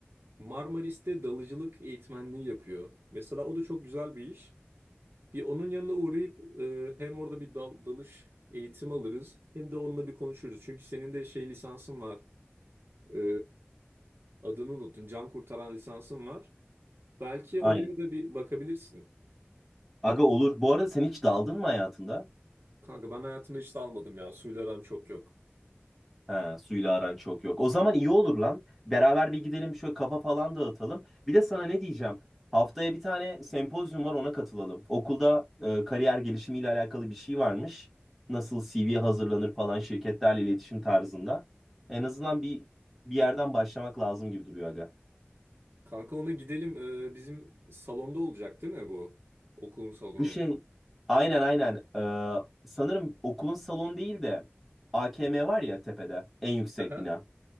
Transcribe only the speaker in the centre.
Aynen.
Aga olur. Bu arada sen hiç daldın mı hayatında?
He, suyla aran çok yok. O zaman iyi olur lan. Beraber bir gidelim şöyle kafa falan dağıtalım. Bir de sana ne diyeceğim? Haftaya bir tane sempozyum var ona katılalım. Okulda e, kariyer gelişimiyle alakalı bir şey varmış. Nasıl CV hazırlanır falan şirketlerle iletişim tarzında. En azından bir bir yerden başlamak lazım gibi duruyor aga.
Bu şey aynen aynen. E, sanırım okulun salonu değil de AKM var ya tepede en yüksek
bina.